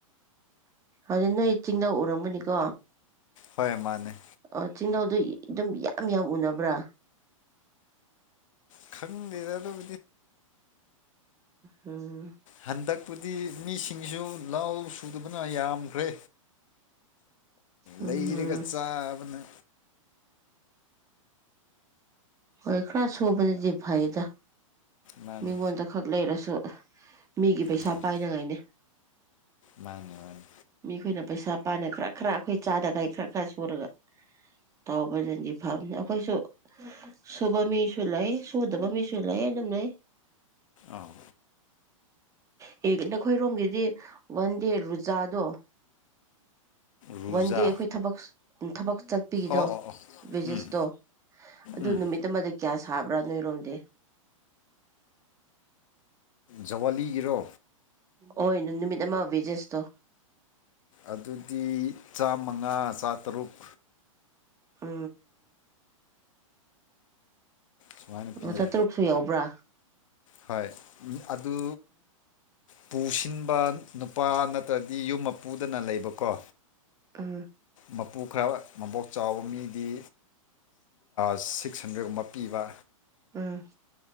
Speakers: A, on the right; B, on the left.
A: ꯑꯗꯨ ꯅꯣꯏ ꯆꯤꯡꯗ ꯎꯔꯝꯒꯅꯤꯀꯣ
B: ꯍꯣꯏ ꯃꯥꯅꯦ
A: ꯑ ꯇꯤꯜꯍꯧꯗꯨ ꯑꯗꯨꯝ ꯌꯥꯝ ꯌꯥꯝ ꯎꯅꯕ꯭ꯔꯥ
B: ꯈꯟ ꯑꯗꯨꯣ
A: ꯎꯝ
B: ꯍꯟꯗꯛꯄꯨꯗꯤ ꯃꯤꯁꯤꯡꯁꯨ ꯂ ꯁꯨꯗꯕꯅ ꯌꯥꯝꯈ꯭ꯔꯦ
A: ꯎꯝ
B: ꯂꯩꯔꯒ ꯆꯥꯕꯅ
A: ꯑꯦꯈꯔ ꯁꯨꯕꯅꯦꯗꯤ ꯐꯥꯏꯗ
B: ꯃꯥꯅꯤ
A: ꯃꯤꯉꯣꯟꯗ ꯈꯛ ꯂꯩꯔꯁꯨ ꯃꯤꯒꯤ ꯄꯩꯁꯥ
B: ꯍꯣꯏ
A: ꯄꯥꯏꯅꯉꯥꯏꯅꯦ
B: ꯃꯥꯅꯤ ꯃꯥꯅꯤ
A: ꯃꯤꯈꯣꯏꯅ ꯄꯩꯁꯥ ꯄꯥꯅ ꯈꯔ ꯈꯔ ꯑꯩꯈꯣꯏ ꯆꯥꯗꯒꯥꯏ ꯈꯔ ꯈꯔ ꯁꯨꯔꯒ ꯇꯥꯎꯕꯗꯗꯤ ꯑꯩꯈꯣꯏꯁꯨ ꯁꯨꯕ ꯃꯤꯁꯨ ꯂꯩ ꯁꯨꯗꯕ ꯃꯤꯁꯨ ꯂꯩ ꯑꯗꯨꯝ ꯂꯩ
B: ꯑꯥ
A: ꯍ ꯑꯦ ꯅꯈꯣꯏꯔꯣꯝꯒꯤꯗꯤ ꯋꯥꯟ ꯗꯦ ꯔꯨꯖꯥꯗꯣ
B: ꯔꯨꯖꯥ
A: ꯋꯥꯟ ꯗꯦ ꯑꯩꯈꯣꯏ ꯊꯕꯛ ꯊꯕꯛ ꯆꯠꯄꯤꯒꯤꯗꯣ
B: ꯑꯣ ꯑꯣ ꯑꯣ
A: ꯚꯖꯤꯁꯇꯣ
B: ꯎꯝ
A: ꯑꯗꯨ
B: ꯎꯝ
A: ꯅꯨꯃꯤꯠ ꯑꯃ ꯀꯌꯥ ꯁꯥꯕꯔꯅ ꯔꯣꯗ
B: ꯖꯋꯥꯂꯤꯒꯤꯔꯣ
A: ꯍꯅ ꯅꯨꯃꯤꯠ ꯑꯃꯕꯤꯦꯖꯦꯁꯇꯣ
B: ꯑꯗꯨꯗꯤ ꯆꯥꯃꯉꯥ ꯆꯥꯇꯔꯨꯛ
A: ꯎ
B: ꯁꯨꯃꯥꯏꯅ ꯄꯤꯌꯦ
A: ꯃꯊ ꯇꯔꯨꯛꯁꯨ ꯌꯥꯎꯕ꯭ꯔꯥ
B: ꯍꯣꯏ ꯑꯗꯨ ꯄꯨꯁꯤꯟꯕ ꯅꯨꯄꯥ ꯅꯠꯇ꯭ꯔꯗꯤ ꯌꯨꯝ ꯃ ꯄꯨꯗꯅ ꯂꯩꯕꯀꯣ
A: ꯑꯥ
B: ꯃꯄꯨ ꯈꯔ ꯃꯕꯣꯛ ꯆꯥꯎꯕ ꯃꯤꯗꯤ ꯁꯤꯛꯁ ꯍꯟꯗ꯭ꯔꯦꯗꯀꯨꯝꯕ ꯄꯤꯕ
A: ꯎꯝ